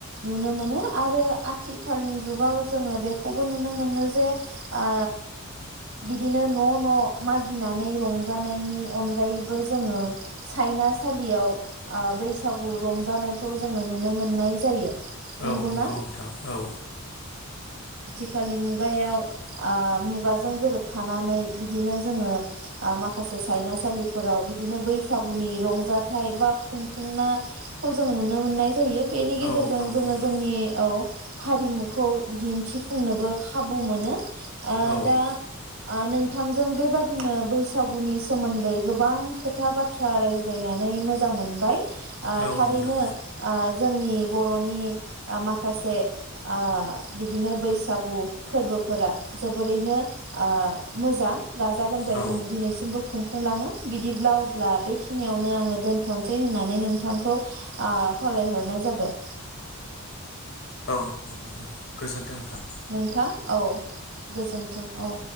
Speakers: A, on the right; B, on the left.
A: नुनो मोनो आरो आथिखालनि जुगाव जोङो बेखौबो नु नो मोनो जे ओ बिदिनो न' न' मागिनानै रंजानायनि अनगायैबो जोङो सायनासालियाव ओ बैसागु रंजानायखौ जोङो नुनो मोननाय जायो। नंगौना
B: औ नंगौ नोंथां औ
A: थिखालनि मुगायाव आ मुगाजों गोरोबफानानै बिदिनो जोङो माखासे सायनासालिफोराव बिदिनो बैसागुनि रंजाथाइ बा खुंफुंनाखौ जों नुनो मोननाय जायो। बेनि गेजेरजों
B: औ नंगौ
A: जोङो
B: नोंथां
A: जोंनि औ हारिमुखौ दिन्थिफु फुंनोबो खाबु मोनो। ओ
B: औ
A: दा ओ नोंथांजों बेबादिनो बैसागुनि सोमोन्दै गोबां खोथा बाथ्रा रायज्लायनानै मोजां मोनबाय। आ
B: औ
A: थारैनो
B: नोंदों
A: आ जोंनि बर'नि माखासे आ बिदिनो बै सागु फोरबोफोरा जोबोरैनो ओ मोजां गाजा गोमजायै
B: औ
A: जों दिनैसिमबो खुंफुंलाङो बिदिब्ला अब्ला बेखिनियावनो आङो दोनथ'सै होननानै नोंथांखौ ओ खावलायहरनाय जाबाय।
B: <unintelligible> गोजोन्थों नोंथां
A: नोंथां औ गोजोन्थों औ